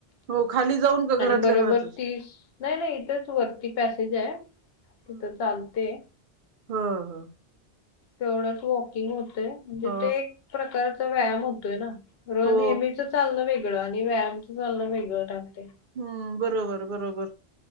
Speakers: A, on the right; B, on the left.
A: हो खाली जाऊन का
B: आणि
A: घरातल्या
B: बरोबर
A: घरातच
B: तीस नाही नाही इथेच वरती पॅसेज आहे तिथं चालते.
A: होहोहो
B: तेवढंच वॉकिंग होतय म्हणजे
A: ह
B: ते एक प्रकारचा व्यायाम होतोय ना!
A: हो
B: नेहमीच चालण वेगळं आणि व्यायामच चालण वेगळं राहते.
A: हम्! बरोबर बरोबर